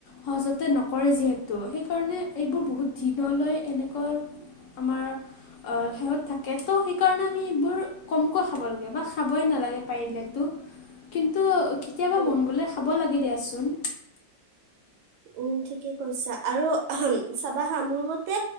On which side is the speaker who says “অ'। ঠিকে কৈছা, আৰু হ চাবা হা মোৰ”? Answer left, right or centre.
Right